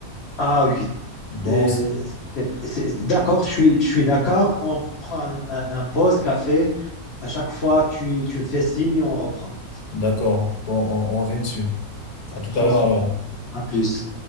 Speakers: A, on the left; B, on the left.
A: Ah oui,
B: Bon,
A: euh,
B: c'est-
A: c'est- c'est- d'accord, je suis, je suis d'accord. On prend un, un pause café. À chaque fois, tu, tu me fais signe et on reprend.
B: d'accord. Bon, on, on revient dessus. À tout
A: Prends
B: à l'heure
A: soin.
B: alors.
A: À plus.